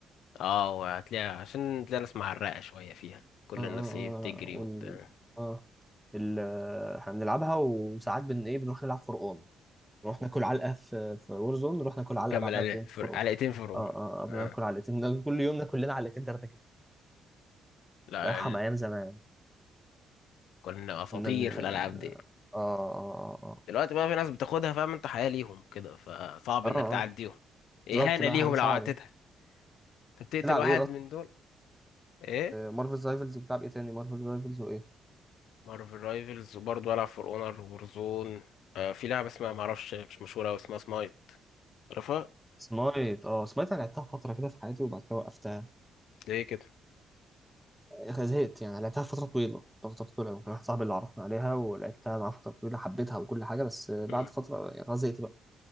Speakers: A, on the left (about 80°); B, in the centre.
A: اه هتلاقي عشان تلاقي ناس معرقة شوية فيها كل
B: اه اه
A: الناس ايه بتجري
B: اه لا وال
A: وبتاع
B: اه ال آه، احنا بنلعبها وساعات بن ايه بنروح نلعب فرقان نروح ناكل علقه في في وور زون نروح ناكل علقه
A: كمل
B: بعدها
A: على-
B: فين في
A: فر-
B: فرقان
A: علقتين فرعون
B: اه اه آه، بناكل
A: آه.
B: علقتين نا- كل يوم ناكل لنا علقتين ثلاثه كده
A: لا
B: الله يرحم ايام زمان
A: كنا اساطير
B: كنا ن-
A: في الالعاب دي
B: اه اه اه
A: دلوقتي بقى في ناس بتاخدها فاهم انت حياة ليهم كده فصعب
B: اه
A: انك
B: اه
A: تعديهم
B: آه،
A: اهانة
B: بالظبط لا
A: ليهم
B: حاجه صعبه
A: لو عدتها انت بتقتل
B: تلعب
A: واحد
B: ايه
A: من دول ايه
B: مارفل رايفلز بتلعب ايه تاني مارفل رايفلز وايه
A: مارفل رايفلز وبرضه العب فور اونر وورزون آه في لعبة اسمها معرفش مش مشهورة أوي اسمها سمايت عارفها
B: سمايت اه سمايت انا لعبتها فتره كده في حياتي وبعد كده وقفتها
A: ليه كده
B: يا أخي زهقت يعني لعبتها فتره طويله فتره طويله أوي. كان واحد صاحبي اللي عرفنا عليها ولعبتها معاه فتره طويله حبيتها وكل حاجه بس بعد
A: مم.
B: فتره يعني خلاص زهقت بقى